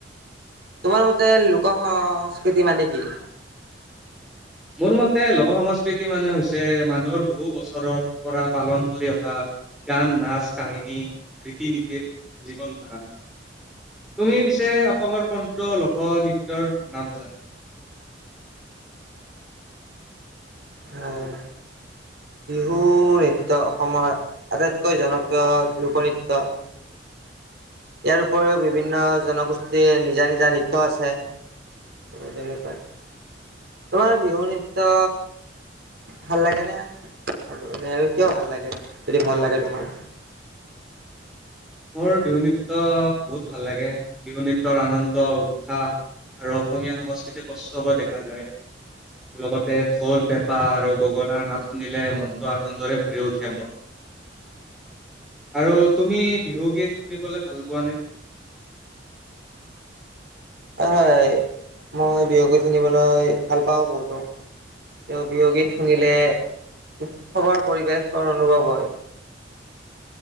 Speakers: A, on the right; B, in the centre.
A: তোমাৰ মতে লোক সংস্কৃতি মানে কি?
B: মোৰ মতে লোক সংস্কৃতি মানে হৈছে মানুহৰ বহু বছৰৰ পৰা পালন কৰি অহা গান, নাচ, কাহিনী, ৰীতি-নীতিৰ, জ জীৱন-ধাৰণা। তুমি পিছে অসমৰ কনটো লোক নৃত্যয়ৰ নাম জানা?
A: উম, বিহু নৃত্য অসমৰ আটাইতকৈ জনপ্ৰিয় লোকনৃত্য। ইয়াৰ উপৰিও বিভিন্ন জনগোষ্ঠীৰ নিজা, নিজা নৃত্য আছে। তেনেকুৱাই তোমাৰ বিহু নৃত্য ভাল লাগে নে আৰু এ কিয় ভাল লাগে যদি ভাল লাগে তোমাৰ?
B: মোৰ বিহু নৃত্য বহুত ভাল বিহু নৃত্যৰ আনন্দ উৎসাহ আৰু অসমীয়া সংস্কৃতি কষ্টকৈ দেখা যায়। লগতে ঢোল-পেঁপা আৰু গগনাৰ মাত শুনিলে মনটো আনন্দৰে ভৰি উঠে মোৰ। আৰু তুমি বিহুগীত শুনিবলে ভাল পোৱা নে?
A: অ' হয় মই বিহু গীত শুনিবলৈ ভাল পাওঁ বহুতো। তেওঁ বিহু গীত শুনিলে উৎসৱৰ পৰিৱেশৰ অনুভৱ হয়।